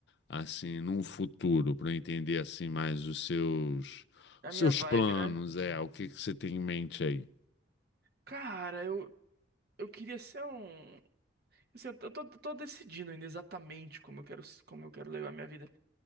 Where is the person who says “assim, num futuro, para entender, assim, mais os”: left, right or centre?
Left